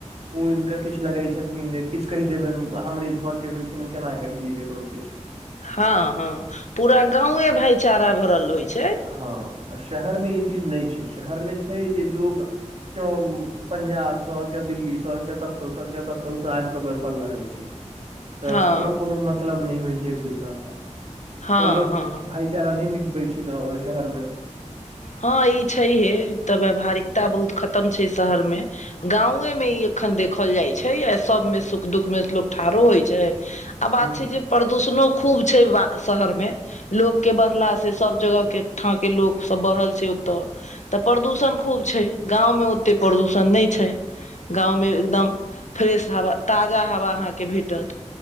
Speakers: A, on the right (about 55°); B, on the left (about 70°).
A: उ हुनकर किछ लगैय छथिन किछ कहि देबिन हमरे घरके भेलखिन हम केना कहि दियै ककरो किछ।
B: हाँ -हांँ पूरा गांवे भाईचारा भरल होइ छैय।
A: हाँ आ शहरमे इ चीज नय छैय, शहरमे छैय जे लोक क्यों पजाब सऽ क्यों दिल्ली सऽ तए क्यो कतौ स, क्यो कतो स आबि कऽ बैसल रहय छैय त
B: हँ
A: केकरो कोनो मत लब नय होइ छैय एक दोसराँ सऽ मतलब
B: हँ
A: लोग
B: हँ
A: भाईचारा नय निभबैय छैय गाँव अ शहरमे।
B: हाँ ई छैहे त व्यावहारिकता बहुत खतम छैय शहरमे। गाँवेंमे इ एखन देखल जाइ छैय या सबमे सुख दुःखमे लोक ठाड़ो होइ छैय आ बात
A: हूँ
B: छैय
A: हूँ
B: जे प्रदूषणो खूब छैय बा शहरमे। लोकके बढ़ला से सब जगहके ठाँ के लोक तब बढ़ल छैय ओतय त प्रदूषण खूब छैय गावंमे ओतेक प्रदूषण नय छैय। गाँवमे एकदम फ्रेश हवा ताजा हवा अहाँके भेटत।